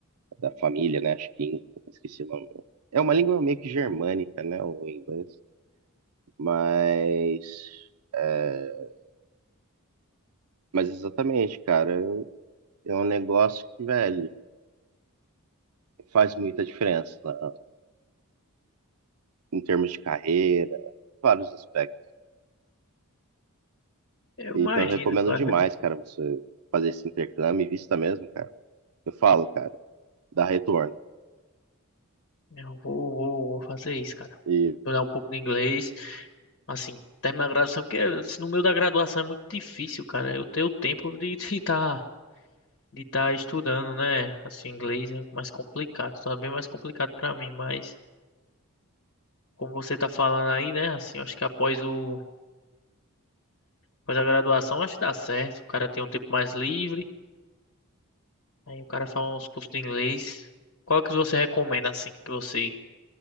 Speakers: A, on the right (about 90°); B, on the left (about 55°).
A: da família, né, acho que esqueci o nome. É uma língua meio que germânica, né, o inglês, mas é, mas exatamente, cara, eu- é um negócio que, velho, faz muita diferença, né, em termos de carreira, vários aspectos.
B: eu
A: Então,
B: imagino,
A: eu recomendo
B: cara.
A: demais, cara, você fazer esse intercâmbio e vista mesmo, cara. Eu falo, cara, dá retorno.
B: Eu vou, vou, vou fazer isso, cara.
A: E,
B: estudar um pouco de inglês, assim, terminar a graduação, porque assim, no meio da graduação é muito difícil, cara. Eu ter o tempo de <laughs> estar de tá de tá estudando, né? Assim, inglês é mais complicado, só é bem mais complicado pra mim, mas como você tá falando aí, né? Assim, eu acho que após o após a graduação, acho que dá certo. O cara tem um tempo mais livre, aí o cara faz uns cursos de inglês. Qual que você recomenda assim, que você